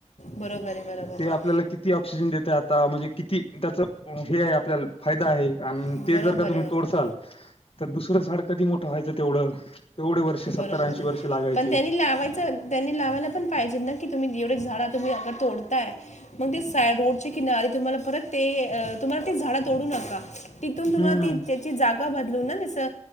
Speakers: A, on the left; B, on the left.
A: बरोबर आहे बरोबर
B: ते
A: आहे
B: आपल्याला किती ऑक्सिजन देते. आत म्हणजे किती त्याचं हे आहे आपल्याला. फायदा आहे आणि
A: बरोबर
B: ते जर का तुम्ही
A: आहे
B: तोडसाल तर दुसरं झाड कधी मोठं व्हायचं तेवढं.? तेवढे वर्ष सत्तर
A: बरोबर
B: ऐंशी
A: आहे
B: वर्ष लागायचे
A: पण त्यांनी लावायच त्यांनी लावायला पण पाहिजे ना की तुम्ही जेवढं झाडं तुम्ही अगर तोडताय, मग साईड रोडची किनारी तुम्हाला परत ते तुम्हाला झाडं तोडू नका. तिथून
B: हम्म
A: तुम्हाला ती त्याची जागा बदलून ना जसं